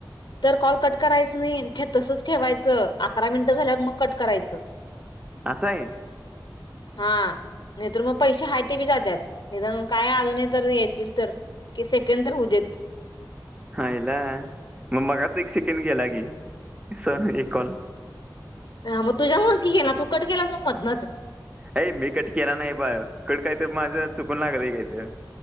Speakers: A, on the left; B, on the right.
A: तर कॉल कट करायचं नाही तसच ठेवायचं अकरा मिनिटं झाल्यावर मग कट करायचं.
B: असय.
A: हा नाहीतर म पैसे हाहे ते बी जातात नीदानुन काय आल नाही तर येतील तर तीस सेकंड तर होदेत.
B: हायला मग मगाच एक सेकंड गेला की स एक कॉल.
A: ह मग तुझ्यामुळेच की गेला तू कट केलास म मधनच.
B: अय मी कट केला नाही बा कट काहीतरी माझं चुकून लागल्या गेल.